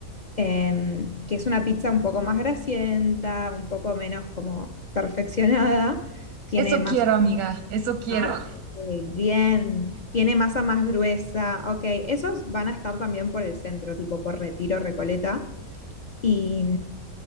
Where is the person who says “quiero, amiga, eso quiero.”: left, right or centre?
Right